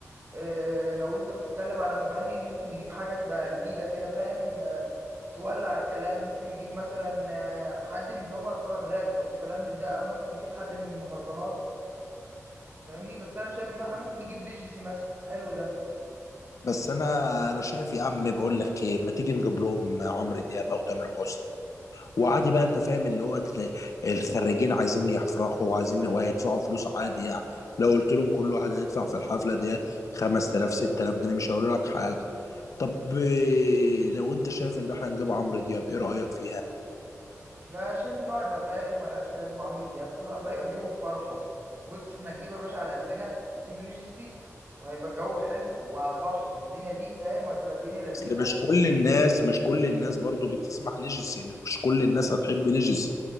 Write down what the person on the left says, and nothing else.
بس أنا أنا شايف يا عم بقول لك إيه ما تيجي نجيب لهم عمرو دياب أو تامر حسني وعادي بقى انت فاهم اللي هو تلا- الخريجين عايزين يفرحوا وعايزين وهيدفعوا فلوس عادي يعني لو قلت لهم كل واحد هيدفع في الحفله ديت 5000 6000 جنيه مش هيقولوا لك حاجه طب إيه، لو انت شايف ان احنا نجيب عمرو دياب ايه رايك فيها
اصل مش كل الناس مش كل الناس برضو بتسمع ليجيسي مش كل الناس هتحب ليجيسي